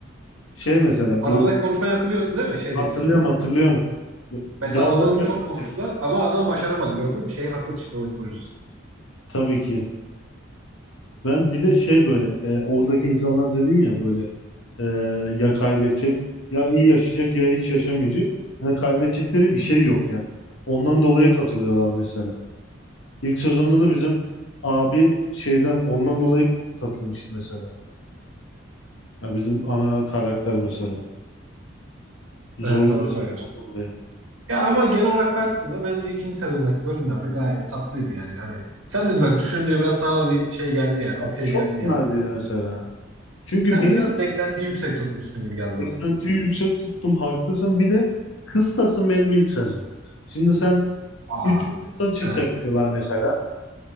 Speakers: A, on the left; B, on the right.
A: Şey mesela
B: Arabadaki
A: bu
B: konuşmayı hatırlıyorsun değil mi? Şeydeki.
A: hatırlıyorum
B: e,
A: hatırlıyorum.
B: mesela
A: Gaz
B: onunla
A: vermeden
B: bunu çok konuştular
A: önce.
B: ama adam başaramadı gördün mü? Şey haklı çıktı oyun kurucusu.
A: Tabii ki. Ben bir de şey böyle e, oradaki insanlar dedin ya böyle e, ya kaybedecek ya iyi yaşayacak ya hiç yaşamayacak. Hani kaybedecekleri bir şey yok yani. Ondan dolayı katılıyorlar mesela. İlk sezonda da bizim abi şeyden ondan dolayı katılmıştı mesela. Ya bizim ana karakter mesela. Zorunlu
B: Evet doğru
A: olduğundan
B: söylüyorsun.
A: dolayı.
B: Ya ama genel olarak baktığında bence ikinci sezondaki bölümlerde gayet tatlıydı yani. Hani sen dedi bak düşününce biraz sana da bir şey geldi yani.
A: Abi
B: Okey
A: çok
B: geldi yani.
A: nadir mesela. Çünkü
B: Sen
A: benim
B: biraz beklentiyi yüksek tutmuşsun gibi geldi
A: beklentiyi
B: bana.
A: yüksek tuttum haklısın. Bir de kıstasın benim ilk sezon. Şimdi sen
B: Aa,
A: 3. sezon çıkacak
B: evet.
A: diyorlar mesela.